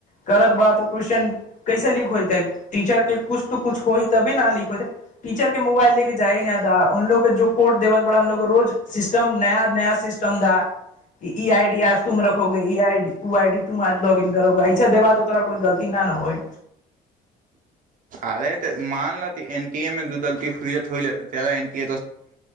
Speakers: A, on the left; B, on the right.
A: करत बड़ा त क्वेेश्चन कैसे लीक होयतै टीचर के कुछ तऽ कुछ होइ तबे न लिक हाइते टीचर के मोबाइल ले के जाइ न द उनलोग के जो कोड देब त बड़ा उनलोग रोज सिस्टम नया नया सिस्टम दा कि ई आई डी आज तुम रखोगे ई ईडी ऊ आई डी तुम आज लॉग इन करोगे ऐसा देबा तऽ तोरा कोई गलती न ने होय
B: अरे त मानल एन टी ए मे दू दलतीनी